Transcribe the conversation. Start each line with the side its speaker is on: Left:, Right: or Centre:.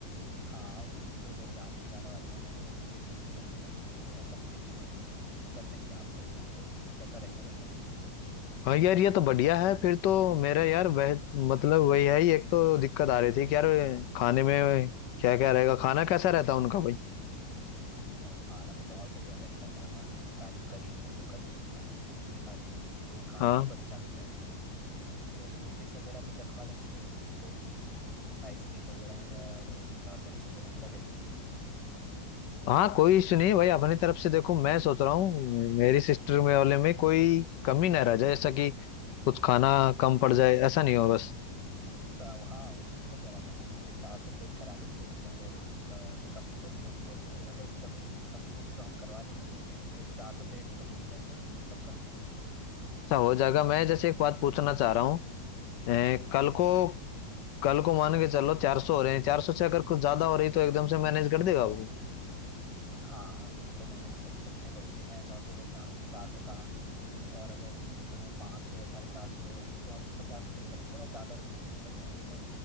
Right: हाँ जिन जो मेरे जान पहचान वाले हैं ना वो थोड़े ठीक बंदे हैं तो वो ऐसा नहीं देखते हैं तो कर देंगे आपका हिसाब वो कैसा रहेगा बताओ
Left: हाँ यार ये तो बढ़िया
Right: सही
Left: है
Right: रहे
Left: फिर तो मेरा यार वह मतलब वही है ही एक तो दिक्कत आ रही थी कि यार खाने में क्या क्या रहेगा खाना कैसा रहता है उनका भाई
Right: भाई खाना तो बहुत बढ़िया रहता है मेहमान अच्छी तारीफ कर ही रहे थे जो कज़न थी ना मेरी उनकी शादी में तो खाना
Left: हाँ
Right: आपको अच्छा मिल जाएगा तो स्वीट डिश वगैरह भी रखवा लेंगे फिर दो तीन आइसक्रीम वगैरह और गुलाब जामुन वगैरह क्या कहते हो
Left: हाँ कोई इश्यू नहीं भाई अपनी तरफ से देखो मैं सोच रहा हूँ मेरी सिस्टर में वाले में कोई कमी ना रह जाए ऐसा कि कुछ खाना कम
Right: हाँ
Left: पड़ जाए
Right: हाँ
Left: ऐसा नहीं हो बस
Right: का, हाँ उसी के लिए कह रहा था ना मैं कि चार सौ प्लेट करा लेंगे अगर क- कमी तो नहीं होगी वैसे अगर कमी कमी होगी तो हम करवा लेंगे कुछ वैसे चार सौ प्लेट में तो हो ही जाएगा सबका
Left: अच्छा हो जाएगा मैं जैसे एक बात पूछना चाह रहा हूँ अ,
Right: हाँ
Left: कल
Right: हाँ पूछो
Left: को
Right: पूछो
Left: कल को मान के चलो चार सौ हो रहे हैं चार सौ से अगर कुछ ज्यादा हो रही तो एकदम से मैनेज कर देगा वो
Right: हाँ हाँ वो वो तो मैनेज कर ही सकते हैं पर उसमें ऐसा होता है जैसे आपने चार सौ कहा और अगर उस समय पाँच सौ या साढ़े चार सौ लोग आ गए तो आपको पचास प्लेट का थोड़ा ज़्यादा रुपए देने पड़ जाएंगे पर